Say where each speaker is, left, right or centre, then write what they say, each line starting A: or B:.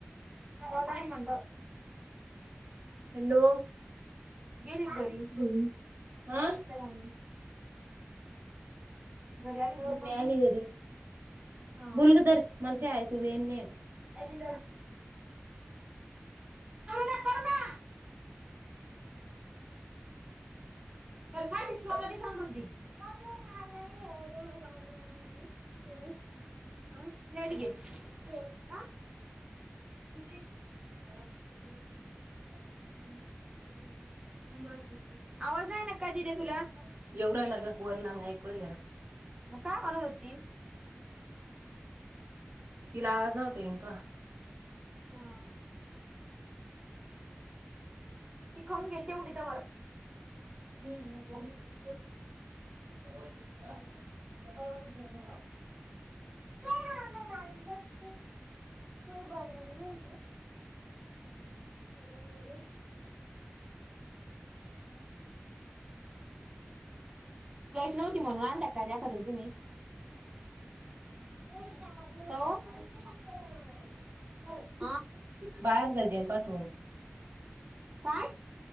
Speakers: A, on the right (about 20°); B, on the right (about 75°).
A: हो म्हण
B: हॅलो
A: गेली घरी
B: होम हा
A: काय मम्मी घरी आली
B: हो
A: का
B: मिळाली
A: मम्मी
B: घरी
A: हा
B: बोलग
A: आ
B: तर मला का <unintelligible>
A: अग बांगरू ना करणार <inaudible> <unintelligible> <unintelligible>
B: <inaudible>
A: आवाज आहे ना काय दिदे तुला
B: एवरा आला ग वरला म ऐकू ग
A: मग काय म्हणत होती
B: तिला आवाज नव्हत इन त
A: ह <unintelligible> ती खाऊन घेईन तेवढी त्या बर
B: हम ह
A: <unintelligible> <unintelligible> लाईट नव्हती म्हणून आण त्या्या का्याखतय तुम्ही <unintelligible>
B: बाहेर जायचे पाठवून
A: काय